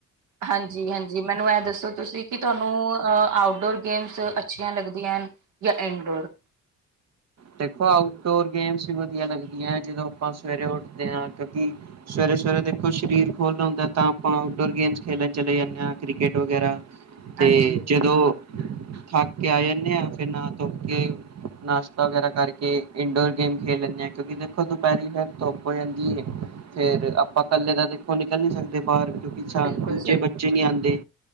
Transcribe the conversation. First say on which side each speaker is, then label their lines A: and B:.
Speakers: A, on the right; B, on the right.
A: ਹਾਂਜੀ-ਹਾਂਜੀ ਮੈਨੂੰ ਐਹ ਦੱਸੋ ਤੁਸੀਂ ਕਿ ਤੁਹਾਨੂੰ ਆਊਟਡੋਰ ਗੇਮਸ ਅੱਛੀਆਂ ਲੱਗਦੀਆਂ ਹਨ। ਜਾਂ ਐਨਡੋਰ
B: ਦੇਖੋ ਆਊਟਡੋਰ ਗੇਮਸ ਵੀ ਵਧੀਆ ਲੱਗਦੀਆਂ ਜਦੋਂ ਆਪਾਂ ਸਵੇਰੇ ਉੱਠਦੇ ਆ ਕਿਉਂਕਿ ਸਵੇਰੇ-ਸਵੇਰੇ ਦੇਖੋ ਸਰੀਰ ਖੁੱਲ ਹੁੰਦਾ ਤਾਂ ਆਪਾਂ ਆਊਟਡੋਰ ਗੇਮਸ ਖੇਲਣ ਚਲੇ ਜਾਣੇ ਆ ਕ੍ਰਿਕਟ ਵਗੈਰਾ ਤੇ
A: ਹਾਂਜੀ
B: ਜਦੋਂ ਥੱਕ ਕੇ ਆ ਜਾਣੇ ਆ ਫੇਰ ਨਾਹ ਧੋ ਕੇ ਨਾਸ਼ ਨਾਸ਼ਤਾ ਵਗੈਰਾ ਕਰਕੇ ਇੰਡੋਰ ਗੇਮ ਖੇਲ ਲੈਣੇ ਆ ਕਿਉਂਕਿ ਦੇਖੋ ਦੁਪਹਿਰੀ ਫੇਰ ਧੁੱਪ ਹੋ ਜਾਂਦੀ ਏ ਫੇਰ ਆਪਾਂ ਕੱਲੇ ਤਾਂ ਦੇਖੋ ਨਿਕਲ ਨੀਂ ਸਕਦੇ ਬਾਹਰ। ਕਿਉਕਿ ਸ਼ਾਮ
A: ਬਿਲਕੁਲ
B: ਦੂਜੇ
A: ਸਹੀ
B: ਬੱਚੇ ਨੀਂ, ਆਂਦੇ